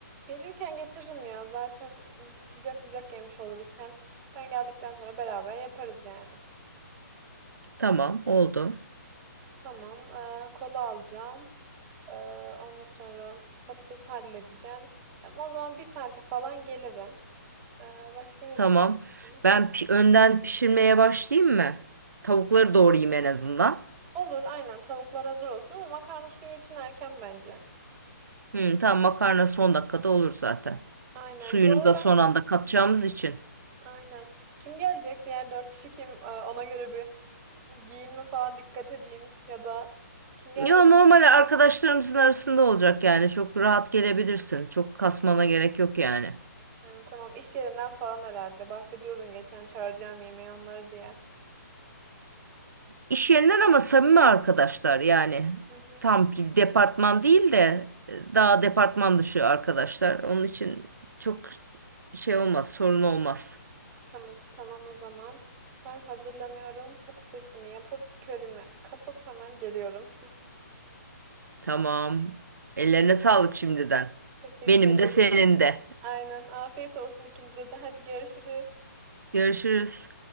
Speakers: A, on the right; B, on the right.
A: Gelirken getiririm ya. Zaten ıı, sıcak sıcak yemiş oluruz. Hem ben geldikten sonra beraber yaparız yani.
B: Tamam, oldu.
A: Tamam. Ee, kola alacağım. Ee, ondan sonra patatesi halledeceğim. Ya, O zaman bir saate falan gelirim. Ee, başka ne
B: Tamam.
A: diyeceğim?
B: Ben
A: Heh.
B: pi- önden pişirmeye başlayayım mı? Tavukları doğrayayım en azından.
A: Olur aynen tavuklar hazır olsun ama makarna suyu için erken bence.
B: Hı, tamam makarna son dakikada olur zaten.
A: Aynen.
B: Suyunu
A: Bu arada
B: da son anda katacağımız için.
A: aynen. Kim gelecek? Diğer dört kişi kim? Ee, ona göre bir giyinme falan dikkat edeyim ya da kim gelecek?
B: Ya normal arkadaşlarımızın arasında olacak yani. Çok rahat gelebilirsin. Çok kasmana gerek yok yani.
A: Ha, tamam iş yerinden falan herhalde. Bahsediyordun geçen çağıracağım yemeği onları diye.
B: İş yerinden ama samimi arkadaşlar yani.
A: Hı hı.
B: Tam bir departman değil de e, daha departman dışı arkadaşlar. Onun için çok şey olmaz, sorun olmaz.
A: Tamam. Tamam o zaman. Ben hazırlanıyorum. Patatesimi yapıp körümü kapıp hemen geliyorum.
B: Tamam. Ellerine sağlık şimdiden.
A: <laughs> Teşekkür
B: Benim
A: ederim.
B: de senin de.
A: Aynen. Afiyet olsun ikimize de. Hadi görüşürüz.
B: Görüşürüz.